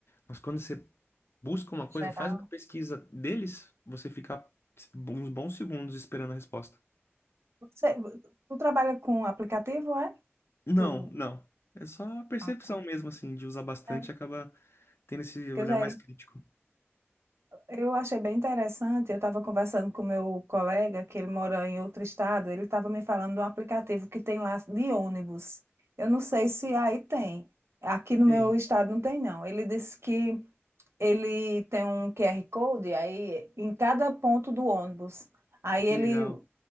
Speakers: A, on the left; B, on the right.
A: Mas quando você busca uma
B: Em geral.
A: coisa, faz uma pesquisa deles, você fica uns bons segundos esperando a resposta.
B: Você, tu trabalha com aplicativo, é?
A: Não,
B: Tu,
A: não. É só a percepção
B: ah,
A: mesmo, assim, de usar bastante,
B: é,
A: acaba tendo esse olhar
B: que eu já
A: mais crítico.
B: Eu achei bem interessante. Eu estava conversando com meu colega, que ele mora em outro estado. Ele estava me falando de um aplicativo que tem lá de ônibus. Eu não sei se aí tem. Aqui no meu
A: Sim,
B: estado não tem, não. Ele disse que ele tem um QR Code aí em cada ponto do ônibus. Aí ele
A: que legal.